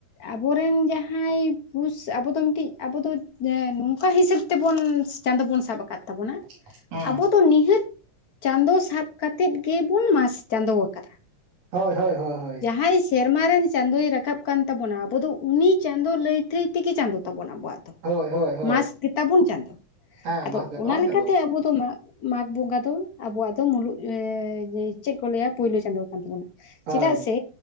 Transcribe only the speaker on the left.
ᱟᱵᱚᱨᱮᱱ ᱡᱟᱦᱟᱸᱭ ᱾ ᱯᱩᱥ ᱟᱵᱚ ᱫᱚ ᱢᱤᱫᱴᱤᱡ ᱟᱵᱚ ᱫᱚ ᱡᱮᱸ ᱱᱚᱝᱠᱟ ᱦᱤᱥᱟᱹᱵ ᱛᱮᱵᱚᱱ ᱪᱟᱸᱫᱳ ᱵᱚᱱ ᱥᱟᱵ ᱟᱠᱟᱫ ᱛᱟᱵᱚᱱᱟ ᱾
ᱛᱚ ᱱᱤᱦᱟᱹᱛ ᱪᱟᱸᱫᱚ ᱥᱟᱵ ᱠᱟᱛᱮᱜ ᱜᱮᱵᱩᱱ ᱢᱟᱥ ᱪᱟᱸᱫᱚ ᱟᱠᱟᱫᱟ ᱾
ᱦᱟᱸᱭ ᱥᱮᱨᱢᱟ ᱨᱮᱱ ᱪᱟᱸᱫᱳᱭ ᱨᱟᱠᱟᱵ ᱠᱟᱱ ᱛᱟᱵᱚᱱᱟ ᱟᱵᱚ ᱫᱚ ᱩᱱᱤ ᱪᱟᱸᱫᱳ ᱞᱟᱹᱭ ᱛᱷᱟᱹᱭ ᱛᱮᱜᱮ ᱪᱟᱸᱫᱳ ᱛᱟᱵᱚᱱᱟ ᱟᱵᱚᱣᱟᱜ ᱾ ᱫᱚ
ᱢᱟᱥ ᱜᱮᱛᱟᱵᱚᱱ ᱪᱟᱸᱫᱳ
ᱟᱫᱚ
ᱚᱱᱟ ᱞᱮᱠᱟᱛᱮ
ᱟᱵᱚ ᱫᱚ ᱢᱟᱫ ᱢᱟᱜᱽ ᱵᱚᱸᱜᱟ ᱫᱚ ᱟᱵᱚᱣᱟᱜ ᱫᱚ ᱢᱩᱞᱩᱜ <inaudible> ᱡᱮ ᱪᱮᱜ ᱠᱚ ᱞᱟᱹᱭᱟ ᱯᱳᱭᱞᱳ ᱪᱟᱸᱫᱚ ᱠᱟᱱ ᱛᱟᱵᱚᱱᱟ ᱾
ᱪᱮᱫᱟᱜ ᱥᱮ